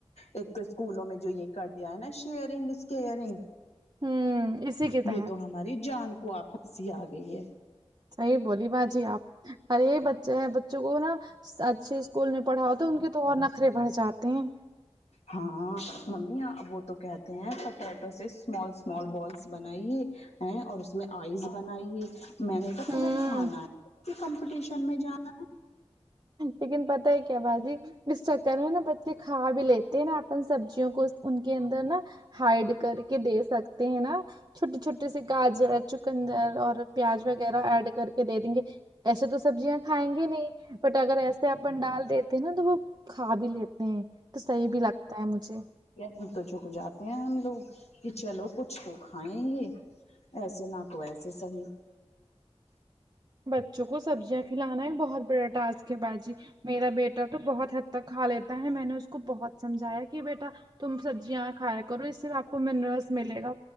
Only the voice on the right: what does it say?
ہوں اسی کے تحت
سہی بولی باجی آپ ارے یہ بچے ہیں بچوں کو نا اچھے اسکول میں پڑھاؤ تو ان کے تو اور نخرے بڑھ جاتے ہیں
ہوں
لیکن پتہ ہے کیا باجی اس چکر میں نا بچے کھا بھی لیتے نا اپن سبزیوں کو ان کے اندر نا ہائڈ کر کے دے سکتے ہیں نا چھوٹے چھوٹے سے گاجر چکندر اور پیاز وغیرہ ایڈ کر کے دے دیں گے ایسے تو سبزیاں کھائیں گے نہیں بٹ اگر ایسے اپن ڈال دیتے ہیں نا تو وہ کھا بھی لیتے ہیں تو صحیح بھی لگتا ہے مجھے
بچوں کو سبزیاں کھلانا ہی بہت بڑا ٹاسک ہے باجی میرا بیٹا تو بہت حد تک کھا لیتا ہے میں نے اس کو بہت سمجھایا کہ بیٹا تم سبزیاں کھایا کرو اس سے آپ کو منرلس ملے گا